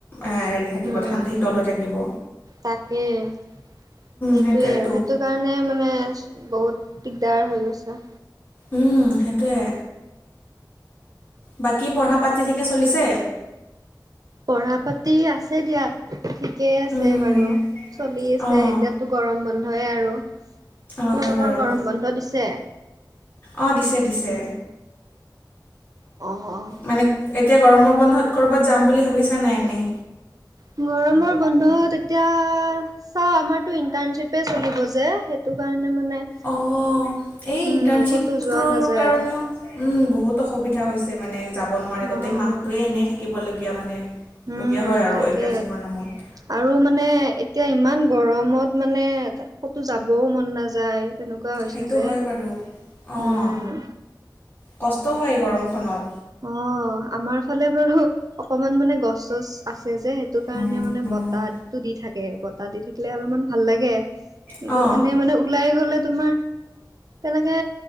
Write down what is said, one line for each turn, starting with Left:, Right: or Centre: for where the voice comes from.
Left: আহ হেৰি থাকিব
Right: উম,
Left: ধান ভিতৰলৈ থাকিব।
Right: তাকে সেইটোৱে
Left: সেইটোৱেতো
Right: সেইটো সেইকাৰণে মানেচ বহুত দিগদাৰ হৈ গৈছে।
Left: উম সেইটোৱে। বাকী পঢ়া পাতি ঠিকে চলিছে?
Right: পঢ়া পাতি আছে দিয়া। ঠিকেই আছে
Left: উম,
Right: বাৰু
Left: উম,
Right: চলি আছে
Left: অঁ
Right: এতিয়াতো গৰম বন্ধই আৰু।
Left: অঁ
Right: তোমালোকৰ
Left: হয় বাৰু
Right: গৰম বন্ধ দিছে?
Left: অ, দিছে- দিছে।
Right: অ', অ',
Left: মানে এতিয়া গৰমৰ বন্ধত ক'ৰবাত যাম বুলি ভাবিছা নাই এনে?
Right: গৰমৰ বন্ধত এতিয়া চাওঁ আমাৰতো ইণ্টাৰ্ণশ্বিপেই চলিব যে সেইটো কাৰণে মানে
Left: অ, এই
Right: উম,
Left: ইণ্টাৰ্ণশ্বিপটোৰ
Right: ক'তো যোৱা নাযায়।
Left: কাৰণেও উম, বহুত অসুবিধা হৈছে মানে যাব নোৱাৰি
Right: অ',
Left: গোটেই মাহটোৱেই এনেই থাকিবলগীয়া মানে
Right: উম
Left: লগীয়া হয় আৰু
Right: তাকে
Left: ইণ্টাৰ্ণশ্বিপৰ নামত।
Right: আৰু মানে এতিয়া ইমান গৰমত মানে ক'তো যাবও মন নাযা যায় তেনেকুৱা হৈছে
Left: সেইটো
Right: যে
Left: হয় বাৰু
Right: <inaudible>
Left: অঁ
Right: উম।
Left: কষ্ট হয় এই গৰমখনত।
Right: অ, আমাৰ ফালে বাৰু অকমান মানে গছ-চছ আছে যে সেইটো কাৰণে
Left: উম,
Right: মানে বতাহটো দি থাক থাকে বতাহ দি থাকিলে অলপমান ভাল লাগে কিন্তু
Left: অঁ
Right: এনে মানে <unintelligible> ওলাই গলে তোমাৰ তেনেকে